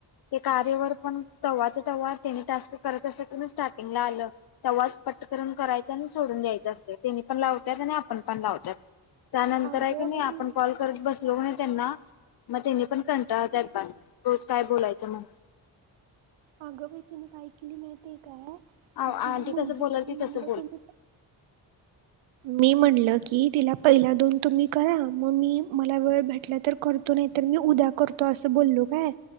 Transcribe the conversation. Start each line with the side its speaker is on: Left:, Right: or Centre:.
Left: ते कार्यवर पण तवाचं तवा त्यानी टास्क करत असत कनी स्टार्टिंगला आलं तवाच पट करून करायचं आणि सोडून द्यायचं असतंय त्यांनी पण लावत्यात आणि आपण पण लावत्यात. त्यानंतर
Right: अगं
Left: आहे कि नाही
Right: बाई
Left: आपण कॉल करत बसलो कि नाही त्यांना. मग तिने पण कंटाळा केलता रोज काय बोलायचं म्हणून
Right: अगं बाई तिने काय केली माहिती आहे काय.
Left: आधी
Right: ती मुलगी
Left: कसं बोलाल
Right: मी
Left: ती
Right: म्हणलं
Left: तसं बोल
Right: तुम्ही मी म्हणलं. कि तिला पहिला दोन तुम्ही करा मग मी मला वेळ भेटला तर करतो नाही तर मी उद्या करतो. असं बोललो काय